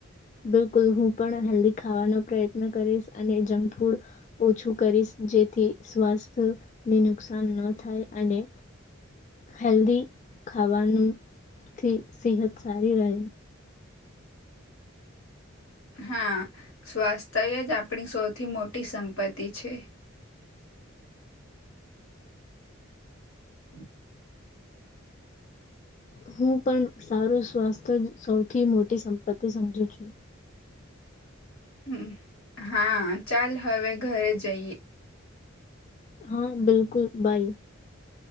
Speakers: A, on the left (about 35°); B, on the left (about 80°).
A: બિલકુલ હું પણ હેલ્ધી ખાવાનો પ્રયત્ન કરીશ અને જંક ફૂડ ઓછું કરીશ જેથી સ્વાસ્થ્યને નુકસાન ન થાય અને હેલ્ધી ખાવાનુંથી સેહત સારી રહે.
B: હા સ્વાસ્થ્ય જ આપણી સૌથી મોટી સંપત્તિ છે. <inaudible>
A: હું પણ સારું સ્વાસ્થ્ય જ સૌથી મોટી સંપત્તિ સમજુ છું.
B: હમ હા ચાલ હવે ઘરે જઈએ.
A: હા બિલકુલ બાઈ